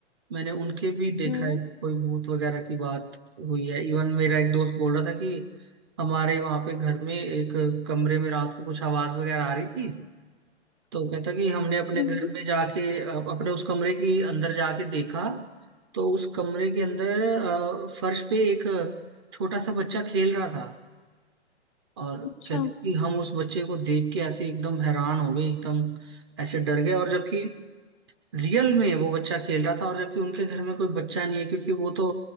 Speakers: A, on the right; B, on the left.
A: मैंने उनके भी देखा
B: हम्म
A: है कि कोई भूत वगैरह की बात हुई है इवन मेरा एक दोस्त बोल रहा था कि हमारे वहाँ पे घर में एक कमरे में रात को कुछ आवाज वगैरह आ रही थी तो कहता कि हमने अपने
B: हम्म
A: घर में जाके अ, अपने उस कमरे के अंदर जाके देखा तो उस कमरे के अंदर अ, फर्श पे एक छोटा सा बच्चा खेल रहा था और
B: अच्छा
A: कहता कि हम उस बच्चे को देख के ऐसे एकदम हैरान हो गए एकदम ऐसे डर गए और जबकि रियल में वो बच्चा खेल रहा था और जबकि उनके घर में कोई बच्चा नहीं है क्योंकि वो तो